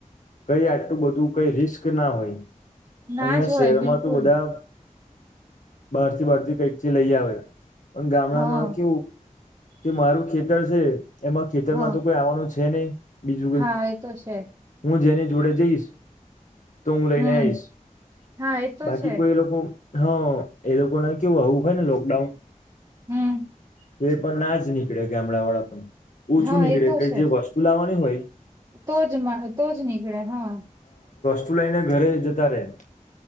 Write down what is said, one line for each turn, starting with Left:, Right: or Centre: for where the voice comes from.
Left: કઈ આટલું બધું કઈ રિસ્ક ના હોય.
Right: ના
Left: અહિયાં
Right: જ
Left: શહેરમાં
Right: હોય બિલકુલ
Left: તું બધા બહારથી બહારથી કંઈક થી લઈ આવે પણ ગામડામાં
Right: હા
Left: કેવું કે મારું ખેતર છે એમાં ખેતરમાં
Right: હા
Left: તો કોઈ આવવાનું છે નહી. બીજું
Right: હા એ તો છે
Left: હું જેની જોડે જઈશ તો હું લઈને
Right: હમ
Left: આઈશ
Right: હા એ તો
Left: બાકી
Right: છે
Left: કોઈ એ લોકો હા એ લોકોને કેવું આવવું હોય ને લોકડાઉન
Right: હમ
Left: તો એ પણ ના જ નીકળે ગામડા વાળા પણ ઓછું
Right: હા
Left: નીકળે
Right: એ તો
Left: કઈ
Right: છે
Left: જે વસ્તુ લાવવાની હોય
Right: તો જ તો જ નીકળે હા.
Left: છું લઈને ઘરે જતા રે હ